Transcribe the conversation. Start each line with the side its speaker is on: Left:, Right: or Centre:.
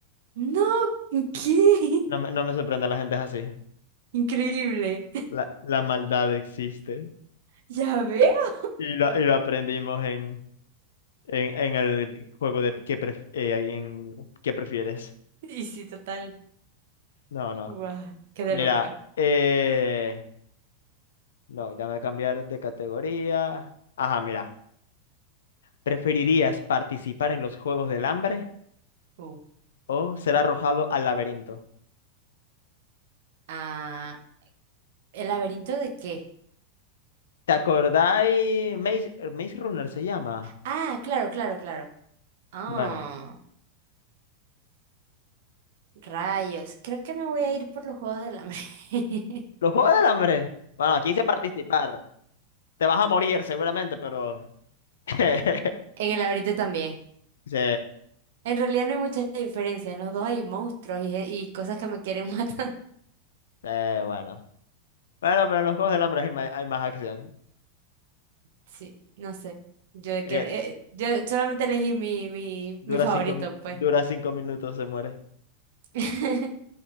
Right: No, <laughs> ¿qué?
Left: No me, no me sorprende, la gente es así.
Right: Increíble.
Left: La, la maldad existe.
Right: Ya veo.
Left: Y, la, y lo aprendimos en, en, en el juego de qué, pref- eh, en qué prefieres.
Right: Y sí, total.
Left: No, no.
Right: Guau, quedé
Left: Mira,
Right: loca.
Left: eh, no, ya me voy a cambiar de categoría. Ajá, mira. ¿Preferirías participar en los Juegos del Hambre
Right: Uh.
Left: o ser arrojado al laberinto?
Right: Ah, ¿el laberinto de qué?
Left: ¿Te acordáis? Maze, eh, Maze Runner se llama.
Right: Ah, claro, claro, claro. Ah.
Left: Bueno,
Right: Rayos. Creo que me voy a ir por los juegos del hambre. <laughs>
Left: los Juegos del Hambre. Bueno, aquí dice participar. Te vas a morir seguramente, pero... <laughs>
Right: En el laberinto también.
Left: Sí,
Right: En realidad no hay mucha diferencia. En los dos hay monstruos y, y cosas que me quieren matar. <laughs>
Left: sí, bueno. Bueno, pero en los Juegos del Hambre hay más, hay más acción.
Right: Sí, no sé. Yo,
Left: Es
Right: quiero
Left: que
Right: eh, eh, yo solamente elegí mi, mi,
Left: dura
Right: mi favorito,
Left: cinco, mi-
Right: pues.
Left: dura cinco minutos, se muere.
Right: <laughs>